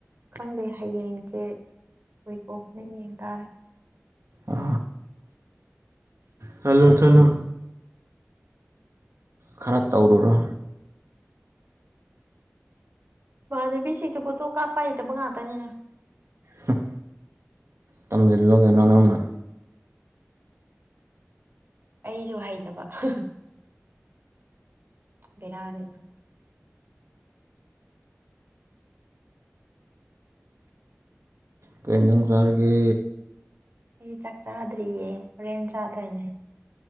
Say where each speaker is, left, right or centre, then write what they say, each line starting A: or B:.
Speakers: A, on the right; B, on the right.
A: ꯈꯪꯗꯦ ꯍꯌꯦꯡꯁꯦ ꯀꯩ ꯊꯣꯛꯄꯅꯣ ꯌꯦꯡ ꯇꯥꯔꯦ
B: ꯑ ꯆꯠꯂꯣ ꯆꯠꯂꯣ ꯈꯔ ꯇꯧꯔꯨꯔꯣ
A: ꯏꯃꯥꯟꯅꯕꯤꯁꯤꯡꯁꯨ ꯐꯣꯠꯇꯣ ꯀꯥꯞꯄ ꯍꯩꯇꯕ ꯉꯥꯛꯇꯅꯤꯅꯦ
B: ꯍꯝ ꯇꯝꯖꯜꯂꯣ ꯀꯩꯅꯣ ꯅꯪꯅ
A: ꯑꯩꯁꯨ ꯍꯩꯇꯕ ꯍꯝ ꯍꯝ ꯕꯦꯔꯅꯦꯗ
B: ꯀꯩ ꯏꯟꯖꯥꯡ ꯆꯔꯒꯦ
A: ꯑꯩ ꯆꯥꯛ ꯆꯥꯗ꯭ꯔꯤꯌꯦ ꯍꯣꯔꯦꯟ ꯆꯥꯗꯣꯏꯅꯦ